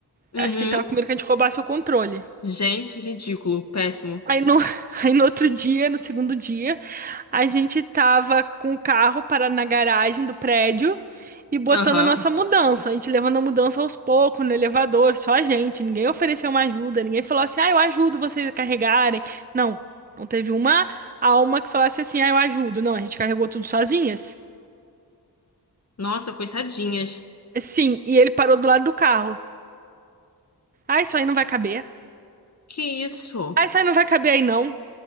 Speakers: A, on the left; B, on the right.
A: Uhum.
B: Acho que ele tava com medo que a gente roubasse o controle.
A: Gente, ridículo, péssimo.
B: Aí no, <laughs> aí no outro dia, no segundo dia, a gente tava com o carro parado na garagem do prédio e botando
A: Aham.
B: a nossa mudança. A gente levando a mudança aos poucos, no elevador, só a gente. Ninguém ofereceu uma ajuda, ninguém falou assim, ah, eu ajudo vocês a carregarem. Não, não teve uma alma que falasse assim, ah, eu ajudo. Não, a gente carregou tudo sozinhas.
A: Nossa, coitadinhas.
B: Sim, e ele parou do lado do carro. Ah, isso aí não vai caber.
A: Que isso?
B: Ah, isso aí não vai caber aí não.